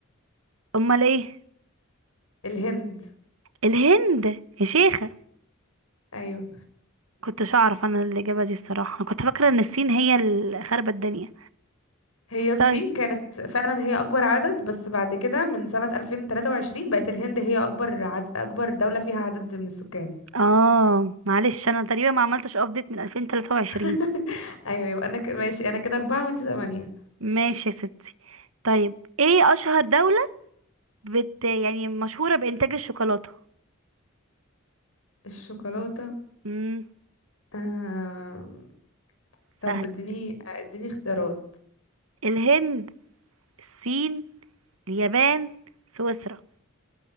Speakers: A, on the right; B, on the left.
A: أمال إيه
B: الهند
A: الهند يا شيخة
B: ايوه
A: كنتش أعرف أنا الإجابة دي الصراحة أنا كنت فاكرة إن الصين هي اللي خربت الدنيا
B: هي الصين
A: طيب
B: كانت فعلا هي اكبر عدد بس بعد كده من سنة 2023 بقت الهند هي اكبر عد... اكبر دولة فيها عدد من السكان
A: آه معلش أنا تقريبا ما عملتش أبديت من 2023
B: <laughs> ايوه يبقى انا ك... ماشي انا كده اربعة وانت ثمانية
A: ماشي يا ستي طيب إيه أشهر دولة بت يعني مشهورة بإنتاج الشوكولاتة
B: الشوكولاتة
A: امم
B: آه...
A: سهل
B: طب اديني اديني اختيارات
A: الهند الصين اليابان سويسرا